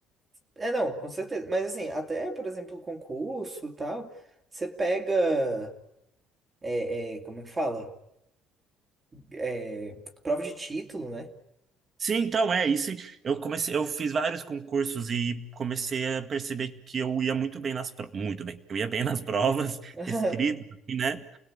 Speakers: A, on the right; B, on the right.
A: É, não, com certeza. Mas assim, até, por exemplo, concurso e tal, você pega. É, é, como é que fala? É, prova de título, né?
B: Sim, então é isso. Eu comecei, eu fiz vários concursos e comecei a perceber que eu ia muito bem nas provas, muito bem. Eu ia bem nas provas, <laughs>
A: <laughs>
B: escrito, assim, né?